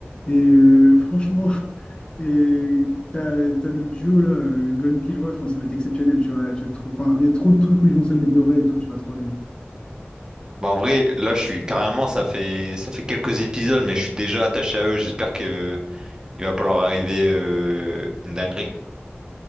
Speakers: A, on the left; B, on the right.
A: Et euh, franchement... <laughs> Et t'as, t'as le duo là, euh, Gon Killua, enfin ça va être exceptionnel, tu vois, tu vas le trouver. Enfin, il y a trop de trucs où ils vont s'améliorer et tout, tu vas trop aimer.
B: Bah en vrai, là, je suis carrément, ça fait ça fait quelques épisodes, mais je suis déjà attaché à eux. J'espère que il va pas leur arriver euh, une dinguerie.